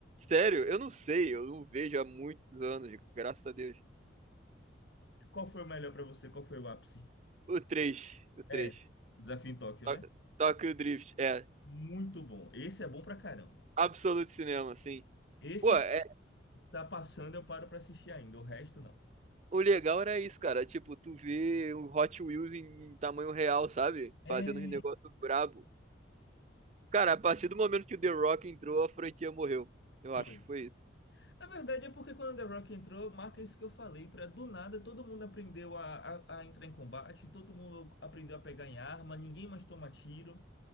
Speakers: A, on the right (about 35°); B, on the left (about 60°).
A: Sério, eu não sei, eu não vejo há muitos anos, graças a Deus.
B: Qual foi o melhor pra você? Qual foi o ápice?
A: O 3, o 3.
B: É, Desafio em Tóquio,
A: Tok-
B: né?
A: Tokyo Drift, é.
B: Muito bom. Esse é bom pra caramba.
A: Absolute Cinema, sim.
B: Esse
A: Pô, é,
B: que tá passando, eu paro pra assistir ainda. O resto, não.
A: O legal era isso, cara. Tipo, tu vê o Hot Wheels em, em tamanho real, sabe?
B: É,
A: Fazendo os negócios brabo. Cara, a partir do momento que o The Rock entrou, a franquia morreu. Eu
B: foi.
A: acho, foi isso.
B: Na verdade, é porque quando The Rock entrou, marca isso que eu falei, pra do nada todo mundo aprendeu a, a, a entrar em combate, todo mundo aprendeu a pegar em arma, ninguém mais toma tiro.